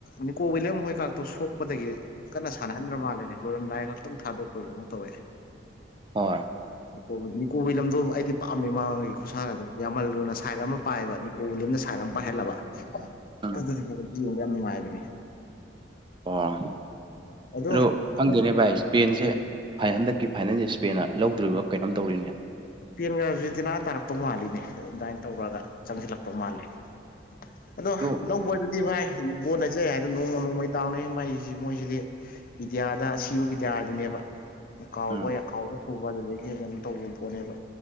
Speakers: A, on the left; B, on the right.
A: ꯅꯤꯀꯣ ꯋꯤꯂꯤꯌꯝ ꯍꯣꯏꯀꯇꯨ ꯁꯣꯛꯄꯗꯒꯤ ꯀꯟꯅ ꯁꯥꯟꯅꯍꯟꯗ꯭ꯔ ꯃꯥꯜꯂꯦꯅꯦ ꯂꯣꯏꯔꯝꯗꯥꯏ ꯈꯛꯇꯪ ꯊꯥꯗꯣꯛꯄꯒꯤ ꯑꯃ ꯇꯧꯋꯦ
B: ꯍꯣꯏ
A: ꯀꯣ ꯅꯤꯀꯣꯋꯤꯂꯝꯗꯣ ꯑꯩꯗꯤ ꯄꯥꯝꯃꯦ ꯃꯃꯥꯡꯉꯒꯤ ꯈꯨꯁꯥꯅ ꯑꯗꯨꯣ ꯌꯥꯝꯃꯜꯨꯅ ꯁꯥꯏꯠ ꯑꯃ ꯄꯥꯏꯑꯕ ꯅꯤꯀꯣꯋꯝꯅ ꯁꯥꯏꯠ ꯑꯃ ꯄꯥꯏꯍꯜꯂꯕ
B: ꯎꯝ
A: ꯑꯗꯨꯗꯤ ꯌꯦꯡꯕ ꯌꯥꯝ ꯅꯨꯡꯉꯥꯏꯕꯅꯦ
B: ꯑꯣ
A: ꯑꯗꯣ
B: ꯑꯗꯨꯣ
A: ꯑꯩꯈꯣꯏ
B: ꯈꯪꯗꯦꯅꯦ ꯚꯥꯏ ꯏꯁꯄꯦꯟꯁꯦ ꯍꯥꯏ ꯍꯟꯗꯛꯀꯤ ꯐꯥꯏꯅꯜꯁ ꯏꯁꯄꯦꯅ ꯂꯧꯗꯣꯔꯤꯕ ꯀꯩꯅꯣꯝ ꯇꯧꯔꯤꯅꯦ ꯫
A: ꯏꯁꯄꯦꯟꯒ ꯑꯔꯖꯦꯟꯇꯤꯅꯥ ꯇꯥꯔꯛꯇꯧ ꯃꯥꯜꯂꯤꯅꯦ ꯑꯗꯨꯃꯥꯏꯅ ꯇꯧꯔꯒ ꯆꯪꯁꯤꯜꯂꯛꯇꯧ ꯃꯥꯜꯂꯦ ꯫ ꯑꯗꯣ
B: ꯑꯗꯨ
A: ꯂꯧꯕꯗꯨꯗꯤ ꯚꯥꯏ ꯕꯣꯠꯁꯤꯗꯤ ꯐꯤꯖꯩ ꯍꯥꯏꯁꯨ ꯃꯣꯏꯁꯤꯗꯤ ꯅꯣꯡꯃ ꯅꯣꯡꯃꯩ ꯗꯥꯎꯅꯩ ꯃꯩ ꯍꯥꯏꯁꯤ ꯃꯣꯏꯁꯤꯗꯤ ꯕꯤꯗ꯭ꯌꯥꯗ ꯑꯁꯤꯕ ꯕꯤꯗ꯭ꯌꯥꯗꯨꯅꯦꯕ꯫ ꯀꯥꯎꯕ
B: ꯎꯝ
A: ꯀꯥꯎꯕ ꯊꯨꯕ ꯑꯗꯨꯗꯒꯤ ꯀꯩꯅꯣ ꯇꯧꯕ ꯄꯣꯠꯅꯦꯕ